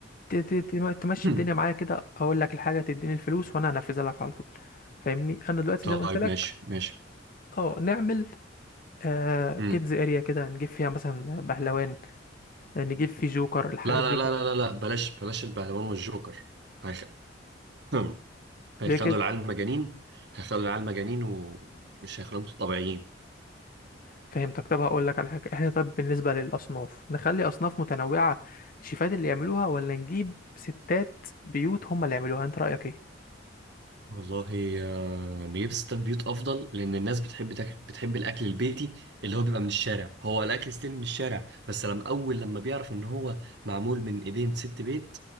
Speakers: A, on the left; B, on the right.
A: ت- ت- ت- تمشي
B: <coughs>
A: الدنيا معايا كده اقول لك الحاجه تديني الفلوس وانا هنفذها لك على طول فاهمني انا دلوقتي
B: طيب
A: زي ما قلت لك
B: ماشي ماشي
A: اه نعمل آه
B: مم.
A: كيدز اريا كده نجيب فيها مثلا بهلوان نجيب فيه جوكر الحاجات
B: لا لا
A: دي
B: لا
A: كلها
B: لا لا لا بلاش بلاش البهلوان والجوكر هيخ... <coughs> هيخلوا
A: ليه كده
B: العيال مجانين هيخلوا العيال مجانين ومش هيخلوهم طبيعيين
A: فهمتك طب هقول لك على حاجه احنا طب بالنسبه للاصناف نخلي اصناف متنوعه الشيفات اللي يعملوها ولا نجيب ستات بيوت هم اللي يعملوها انت رايك ايه
B: والله آه، نجيب ستات بيوت افضل لان الناس بتحب تاكل بتحب الاكل البيتي اللي هو بيبقى من الشارع هو الاكل ستيل من الشارع بس لما اول لما بيعرف ان هو معمول من ايدين ست بيت